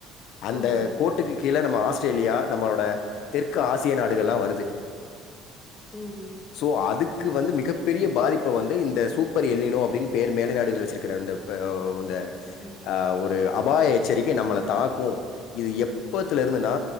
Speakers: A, on the left; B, on the left.
A: அந்த
B: ஆமா ஆமா
A: கோட்டுக்கு கீழ நம்ம ஆஸ்திரேலியா நம்மளோட தெற்கு ஆசிய நாடுகள்லா வருது
B: ம்
A: சோ அதுக்கு வந்து மிகப்பெரிய பாதிப்ப வந்து இந்த சூப்பர் எல்லினோ அப்டின் பேரு மேலை நாடுகள் வச்சிருக்கிற அந்த இப்ப வந்த
B: ஆ ஆமா
A: அ ஒரு அபாய எச்சரிக்கை நம்மள தாக்கு இது எப்பத்துல இருந்துன்னா